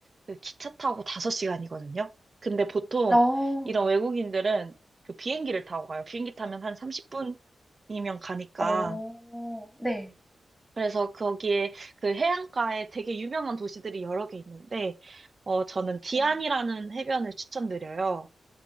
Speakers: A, on the right; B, in the centre.
A: 그 기차 타고 5시간이거든요. 근데 보통
B: 어.
A: 이런
B: 네.
A: 외국인들은 그 비행기를 타고 가요. 비행기 타면 한 30분이면 가니까.
B: 어. 네.
A: 그래서 거기에 그 해안가에 되게 유명한 도시들이 여러 개 있는데, 어, 저는 디안이라는
B: 어.
A: 해변을 추천드려요.